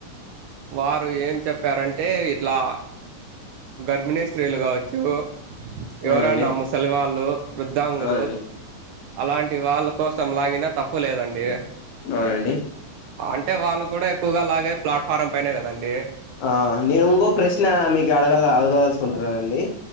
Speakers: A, on the right; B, on the left.
A: వా ఏం చెప్పారంటే ఇట్లా గర్భిణీ స్త్రీలు కావచ్చు
B: అవునండి
A: ఎవరన్నా ముసలి వాళ్ళు వృద్ధాంగులు
B: అవునండి
A: అలాంటి వాళ్ళ కోసం లాగిన తప్ప తప్పు లేదండి
B: అవునండి
A: అంటే వాళ్ళు కూడా ఎక్కువగా లాగే ప్లాట్ ఫారం పైనే కదాండి
B: ఆ నినుంగో ప్రశ్న మీకీ అడగలా గయల్సుకుంటున్నానండి